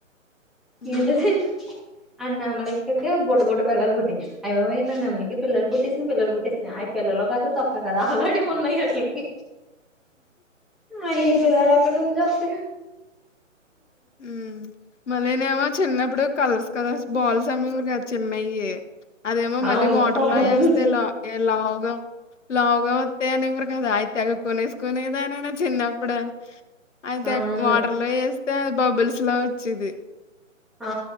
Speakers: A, on the left; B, in the centre.
A: ఆ
B: ఏంటది ఆ నెమలికలకి బుడ్డ బుడ్డ పిల్లలు పుట్టి అయ్ బాబోయ్ నా నెమలికి పిల్లలు పుట్టటిసిన పిలలు పుట్టేసిన పిల్లలు కాదు తొక్క కాదు ఆల్రెడీ ఉన్నాయి వాటిలికి మళ్ళీ పిల్లలు అక్కడ నుంచి వస్తయ్
A: మ్ మళ్ళీనేమో చిన్నప్పుడు కలర్స్ కలర్స్ బాల్స్ అమ్మేవారు చిన్నయి అదేమో
B: అవును
A: మళ్ళీ వాటర్ లో వేస్తే
B: బాల్స్
A: లా లావుగా లావు లో వత్తాయని అనేవరు కదా అయి తగు కొనేసుకునేదా అనినా చిన్నప్పుడు అది
B: అవును
A: అక్ వాటర్ లో వేస్తే అవి బబ్బుల్స్ లో వచ్చేది
B: ఆ